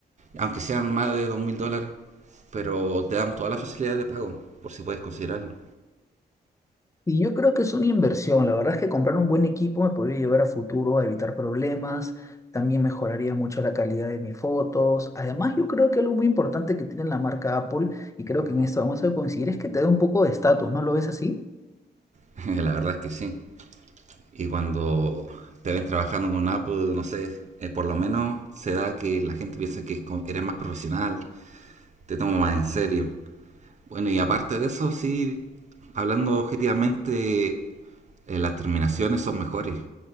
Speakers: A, on the right (about 40°); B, on the left (about 15°).
A: aunque sean más de dos mil dólares, pero te damos todas las facilidades de pago, por si puedes considerarlo.
B: Y yo creo que es una inversión. La verdad es que comprar un buen equipo me podría llevar a futuro a evitar problemas. También mejoraría mucho la calidad de mis fotos. Además, yo creo que algo muy importante que tiene la marca Apple, y creo que en esto vamos a coincidir, es que te da un poco de estatus, ¿no lo ves así?
A: <laughs> la verdad es que sí. Y cuando te ven trabajando con Apple, no sé, eh, por lo menos se da que la gente piensa que eres más profesional, te toma más en serio. Bueno, y aparte de eso, sí, hablando objetivamente, eh, las terminaciones son mejores,